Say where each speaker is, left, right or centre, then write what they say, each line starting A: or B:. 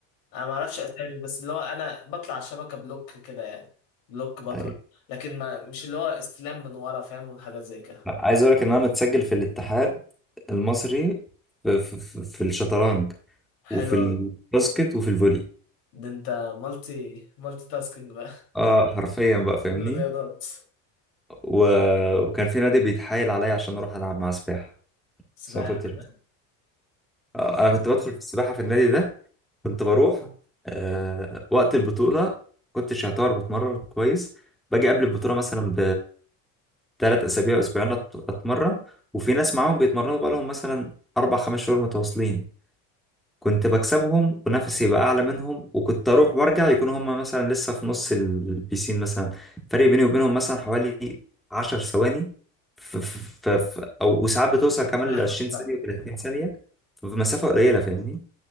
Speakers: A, on the left; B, in the centre.
A: انا ما اعرفش اسامي بس اللي هو انا بطلع على الشبكه بلوك كده يعني بلوك بضرب
B: أيوة.
A: لكن ما مش اللي هو استلام من ورا فاهم والحاجات زي كده
B: لا، عايز اقول لك ان انا متسجل في الاتحاد المصري في, في, في في الشطرنج وفي
A: حلو
B: الباسكت
A: قوي
B: وفي الفولي
A: ده انت مالتي مالتي تاسكينج بقى
B: اه حرفيا بقى فاهمني
A: <laughs> كل الرياضات
B: و... وكان في نادي بيتحايل عليا عشان اروح العب معاه سباحه
A: سباحه
B: بس ما كنتش
A: كمان
B: آه، انا
A: حلو
B: كنت بدخل
A: أوي.
B: في السباحه في النادي ده كنت بروح آه، وقت البطوله كنتش يعتبر بتمرن كويس باجي قبل البطوله مثلا بثلاث اسابيع اسبوعين أت- اتمرن وفي ناس معاهم بيتمرنوا بقالهم مثلا اربع خمس شهور متواصلين كنت بكسبهم ونفسي يبقى اعلى منهم وكنت اروح وارجع يكون هم مثلا لسه في نص البيسين مثلا فرق بيني وبينهم مثلا حوالي 10 ثواني ف ف ف او وساعات بتوصل كمان
A: فاهمك
B: ل 20
A: فاهمك
B: ثانية و30 ثانية ففي مسافة قليلة فاهمني